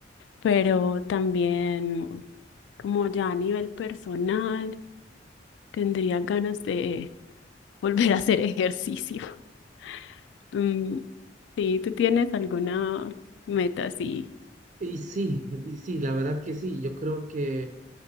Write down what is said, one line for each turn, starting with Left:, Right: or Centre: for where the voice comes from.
Left: pero también como ya a nivel personal, tendría ganas de <laughs> volver a hacer ejercicio. <laughs> Mm, sí, ¿tú tienes alguna meta así?
Right: Y sí, y sí, la verdad que sí. Yo creo que